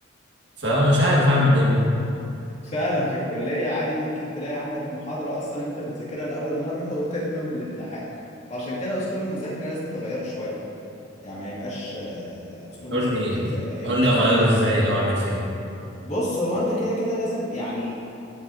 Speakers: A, on the right (about 60°); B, on the left (about 35°).
A: فمش عارف اعمل ايه بقى
B: فعلا في الكلية عادي ممكن تلاقي عندك محاضرة أصلا أنت بتذاكرها لأول مرة <laughs> وتاني يوم الامتحان فعشان كده أسلوب المذاكرة لازم تغيره شوية يعني ما يبقاش آه، أسلوب
A: قول
B: مذاكرتك
A: لي
B: زي أيام
A: قول
B: المدارس
A: لي اغيره ازاي او اعمل فيه ايه
B: بص هو أنت كده كده لازم يعني